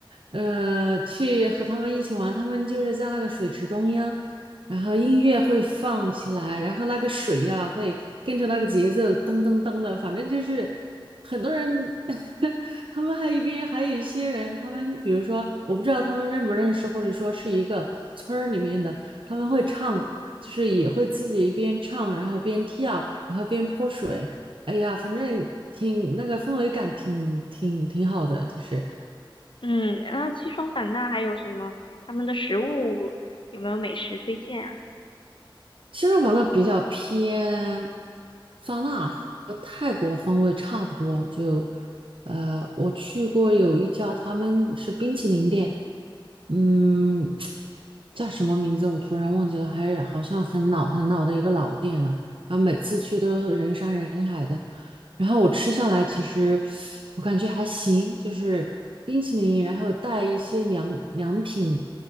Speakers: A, on the right; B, on the left.
A: 呃，去和他们一起玩，他们就是在那个水池中央，然后音乐会放起来，然后那个水呀、会跟着那个节奏噔噔噔的，反正就是很多人，<laughs> 他们还一边还有一些人，他们比如说我不知道他们认不认识，或者说是一个村儿里面的，他们会唱，就是也会自己一边唱，然后边跳，然后边泼水。哎呀，反正挺那个氛围感挺挺挺好的，就是，
B: 嗯，那西双版纳还有什么？他们的食物有没有美食推荐啊？
A: 西双版纳比较偏酸辣和泰国风味差不多，就呃，我去过有一家，他们是冰淇淋店，嗯，叫什么名字我突然忘记了，还好像很老很老的一个老店了。然后每次去都人山人海的，然后我吃下来，其实我感觉还行，就是冰淇淋，然后带一些凉凉品，